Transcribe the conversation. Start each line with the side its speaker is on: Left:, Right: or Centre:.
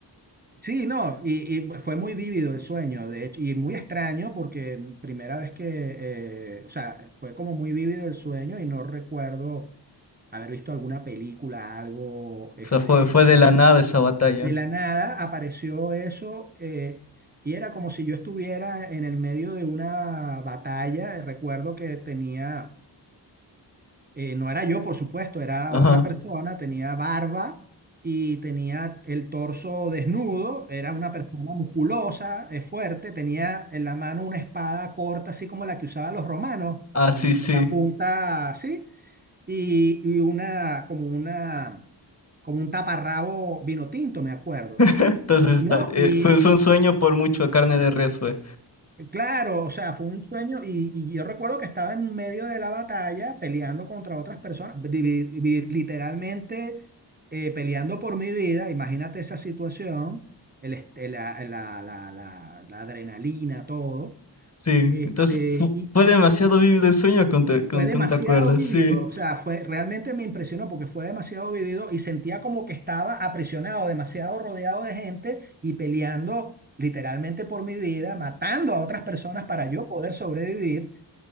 Right: Sí, no, y, y fue muy vívido el sueño, de hecho, y muy extraño porque primera vez que, eh, o sea, fue como muy vívido el sueño y no recuerdo haber visto alguna película, algo, este,
Left: o sea, fue, fue de la nada esa batalla.
Right: de la nada apareció eso eh, y era como si yo estuviera en el medio de una batalla. Recuerdo que tenía, eh, no era yo por supuesto, era
Left: Ajá.
Right: otra persona, tenía barba y tenía el torso desnudo, era una persona musculosa, eh, fuerte, tenía en la mano una espada corta, así como la que usaban los romanos,
Left: Ah, sí,
Right: con
Left: sí.
Right: con la punta así, y, y una, como una, como un taparrabo vino tinto, me acuerdo.
Left: Entonces,
Right: No,
Left: está- eh,
Right: y,
Left: fue, fue un sueño
Right: y-
Left: por mucho a carne de res, fue.
Right: y, claro, o sea, fue un sueño y, y yo recuerdo que estaba en medio de la batalla peleando contra otras personas, li- li- li- literalmente eh, peleando por mi vida, imagínate esa situación, el, este- la, la- la- la- la adrenalina, todo,
Left: Sí,
Right: este,
Left: entonces fu-
Right: y,
Left: fue,
Right: y-
Left: demasiado
Right: y-
Left: vivido el sueño con, te- con,
Right: Fue demasiado
Left: con te acuerdas,
Right: vivido,
Left: sí.
Right: o sea, fue, realmente me impresionó porque fue demasiado vivido y sentía como que estaba aprisionado, demasiado rodeado de gente y peleando literalmente por mi vida, matando a otras personas para yo poder sobrevivir